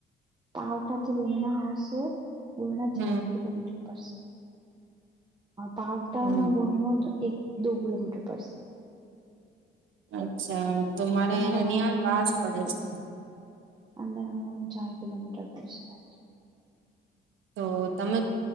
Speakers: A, on the right (about 20°); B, on the right (about 80°).
A: પાવટાથી બોર્ણા આવશો બોર્ણા
B: હમ
A: ચાર કિલોમીટર પડશે પાવટાનો
B: હમ
A: બોયણો એક દો કિલોમીટર પર
B: અચ્છા તો મારે
A: અંદર
B: અનિયાળ
A: આવવાનું
B: પાસ
A: ચાર
B: પડે
A: કિલો
B: છે
A: અંદર આવવાનું ચાર કિલોમીટર કરશે <inaudible>
B: તો તમે